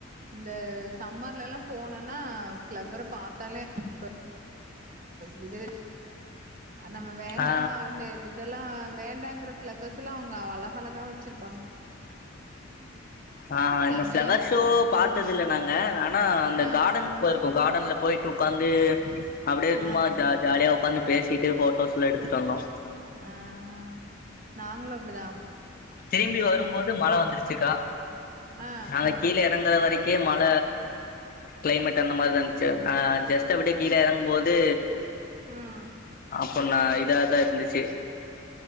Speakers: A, on the right; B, on the left.
A: இந்த சம்மர் ல்லலா போனனா ஃபிளவர பார்த்தாலே டுப்ப விஜய் நம்ம வேண்டானு
B: ஆ
A: இதெல்லா வேண்டாங்கற ஃப்ளவர்ஸ் ல அவங்க அழகழகா வெச்சிருப்
B: ஆஹ்
A: செமையா
B: இந்த ஃப்ளவர்
A: இருக்கு
B: ஷோ பாத்தது
A: ஆ
B: இல்ல நாங்க ஆனா அந்த
A: ஆ
B: கார்டனுக்கு
A: ஆ
B: போயிருக்கோ கார்டன்ல போயிட்டு உக்காந்து அப்டியே
A: ஆ
B: சுமா
A: ஆ
B: ஜா ஜாலியா உக்காந்து பேசிட்டு போட்டோஸ்ல்லா எடுத்துட்டு வந்தோ
A: ஆஹ் நாங்களு அப்படிதா
B: திரும்பி வரும்போது மழ வந்துருச்சுக்கா
A: ஆ
B: நாங்க
A: ஆ
B: கீழ இறங்கற வரைக் கே மழ கிளைமேட் அந்த மாதிரிதா இருந்துச்சு நா ஜஸ்ட் அப்டியே கீழே இறங்கும்போது
A: உம்
B: பொண்ணா இதாதா இருந்துச்சு